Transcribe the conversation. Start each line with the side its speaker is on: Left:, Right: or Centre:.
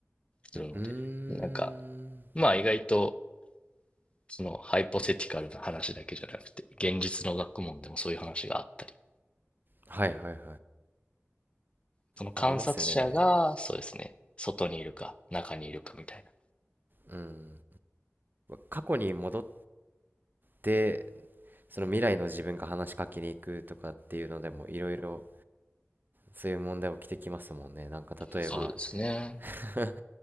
Left: するので、
Right: うーん。
Left: なんか、まあ意外と、そのハイポセティカルな話だけじゃなくて、現実の学問でもそういう話があったり、
Right: はいはいはい。
Left: その観察者が、
Right: ありますよね。
Left: そうですね、外にいるか、中にいるかみたいな。
Right: うん。過去に戻って、その未来の自分が話しかけに行くとかっていうのでもいろいろそういう問題起きてきますもんね。なんか例えば、
Left: そうですね。
Right: <laughs>